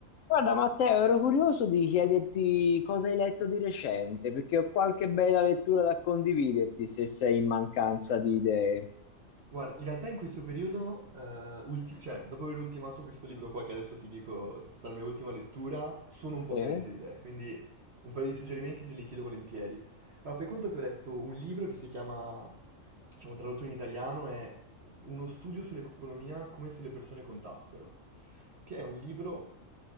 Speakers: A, on the left; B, on the right.
A: Guarda Matteo, ero curioso di chiederti cosa hai letto di recente, perché ho qualche bella lettura da condividerti se sei in mancanza di idee.
B: Guarda, in realtà in questo periodo, eh, ulti- cioè, dopo aver ultimato questo libro qua che adesso ti dico che è stata la mia ultima lettura, sono un po'
A: Sì?
B: carente di idee, quindi un paio di suggerimenti te li chiedo volentieri. Allora, fai conto che ho letto un libro che si chiama, diciamo tradotto in italiano, è Uno studio sull'economia come se le persone contassero, che è un libro,